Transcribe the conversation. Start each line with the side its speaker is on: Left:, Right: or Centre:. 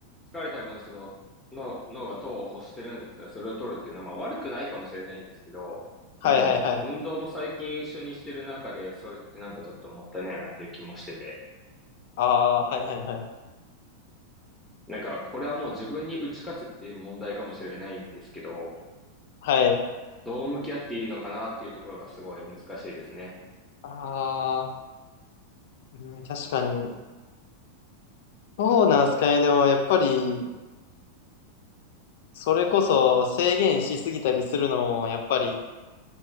Centre: 疲れた分、その、脳、脳が糖を欲してるんだったらそれを取るっていうのは、まあ悪くないかもしれないんですけど、
Left: はいはいはい。
Centre: でも、運動も最近一緒にしてる中で、それってなんかちょっともったいないなっていう気もしてて、
Left: ああ、はいはいはい。
Centre: なんかこれはもう自分に打ち勝つっていう問題かもしれないんですけど、
Left: はい。
Centre: どう向き合っていいのかなっていうところがすごい難しいですね。
Left: ああ、うん、確かに。そうなんすかね。でもやっぱり、それこそ制限しすぎたりするのも、やっぱり、